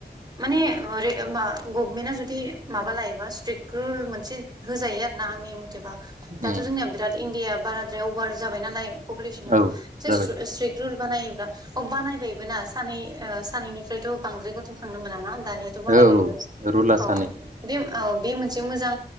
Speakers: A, on the right; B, on the right.
A: माने ओ रे मा गभमेन्टआ जुदि माबा लायोबा स्ट्रिक रुल मोनसे होजायो आरो ना आंनि मथेबा। दाथ'
B: उम
A: जोंनिया बिराद इण्डिया बाराद्राय अभार जाबाय नालाय फफुलेसुना
B: औ
A: जे
B: जाबाय
A: सुद स्ट्रिक रुल बानायोब्ला अ बानायबायबो ना सानै ओ सानैनिफ्रायथ' बांद्राय गथ'खांनो मोनाना दानियाथ' बानायबायबो
B: औ रुला
A: औ
B: सानै
A: बिउ औ बे मोनसे मोजां